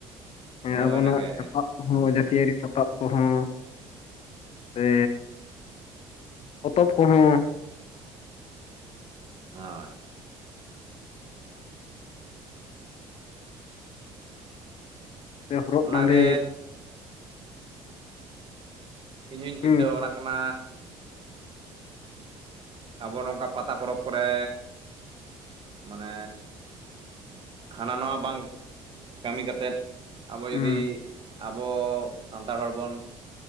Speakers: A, on the left; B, on the right.
A: ᱦᱮᱸ
B: ᱦᱳᱭ
A: ᱟᱵᱚᱱᱟᱜ
B: ᱚᱱᱟᱜᱮ
A: ᱥᱟᱯᱟᱵ ᱦᱚᱸ
B: ᱢᱟᱱᱮ
A: ᱡᱟᱹᱛᱤᱭᱟᱹᱨᱤ ᱥᱟᱯᱟᱵ ᱥᱟᱯᱟᱵ ᱠᱚᱦᱚᱸ ᱥᱮ ᱯᱚᱛᱚᱵ ᱠᱚᱦᱚᱸ
B: ᱦᱳᱭ
A: ᱥᱮ ᱦᱚᱨᱚᱜ
B: ᱚᱱᱟᱜᱮ
A: ᱵᱟᱸᱫᱮ
B: ᱤᱧ ᱦᱩᱧ ᱪᱤᱱᱛᱟᱹ
A: ᱦᱩᱸ
B: ᱵᱷᱟᱵᱽᱱᱟ ᱠᱟᱱᱟ ᱟᱵᱚ ᱱᱚᱝᱠᱟ ᱯᱟᱛᱟ ᱯᱚᱨᱚᱵᱽ ᱠᱚᱨᱮ ᱢᱟᱱᱮᱻ ᱦᱟᱱᱟ ᱱᱷᱟᱣᱟ ᱵᱟᱝ ᱠᱟᱹᱢᱤ ᱠᱟᱛᱮᱫ ᱟᱵᱚ
A: ᱦᱩᱸ
B: ᱡᱩᱫᱤ ᱟᱵᱚ ᱥᱟᱱᱛᱟᱲ ᱦᱚᱲ ᱵᱚᱱ